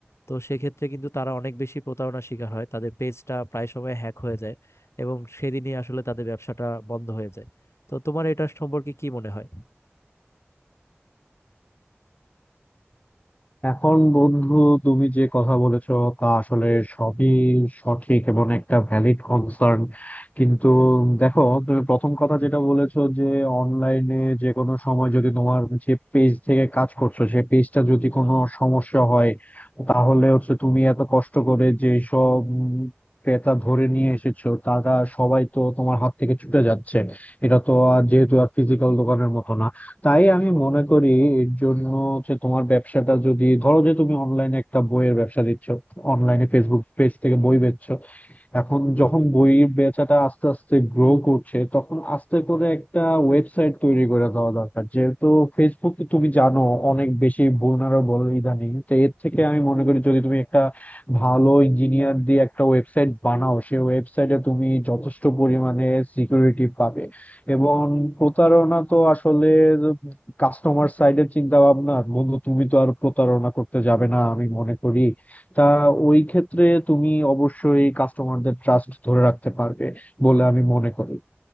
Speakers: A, on the left; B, on the left.
A: তো সেক্ষেত্রে কিন্তু তারা অনেক বেশি প্রতারণার শিকার হয় তাদের পেজটা প্রায় সময় হ্যাক হয়ে যায় এবং সেদিনই আসলে তাদের ব্যবসাটা বন্ধ হয়ে যায় তো তোমার এটা সম্পর্কে কি মনে হয়
B: এখন বন্ধু তুমি যে কথা বলেছো তা আসলে সবই সঠিক এবং একটা ভ্যালিড কনসার্ন কিন্তু দেখো তুমি প্রথম কথা যেটা বলেছো যে অনলাইনে যে কোনো সময় যদি তোমার যে পেজ থেকে কাজ করছো সেই পেজটা যদি কোনো সমস্যা হয় তাহলে হচ্ছে তুমি এত কষ্ট করে যে সব ক্রেতা ধরে নিয়ে এসেছো তারা সবাই তো তোমার হাত থেকে ছুটে যাচ্ছে এটা তো আর যেহেতু আর ফিজিক্যাল দোকানের মতো না তাই আমি মনে করি এর জন্য যে তোমার ব্যবসাটা যদি ধরো যে তুমি অনলাইনে একটা বইয়ের ব্যবসা দিচ্ছ অনলাইনে ফেসবুক পেজ থেকে বই বেচছো এখন যখন বইয়ের বেচাটা আস্তে আস্তে গ্রো করছে তখন আস্তে করে একটা ওয়েবসাইট তৈরি করে দেওয়া দরকার যেহেতু ফেসবুক তুমি জানো অনেক বেশি vulnerable ইদানিং তো এর থেকে আমি মনে করি যদি তুমি একটা ভালো ইঞ্জিনিয়ার দিয়ে একটা ওয়েবসাইট বানাও সেই ওয়েবসাইটে তুমি যথেষ্ট পরিমাণে সিকিউরিটি পাবে এবং প্রতারণা তো আসলে কাস্টমার সাইডের চিন্তা ভাবনা বন্ধু তুমি তো আর প্রতারণা করতে যাবে না আমি মনে করি তা ওই ক্ষেত্রে তুমি অবশ্যই কাস্টমারদের ট্রাস্ট ধরে রাখতে পারবে বলে আমি মনে করি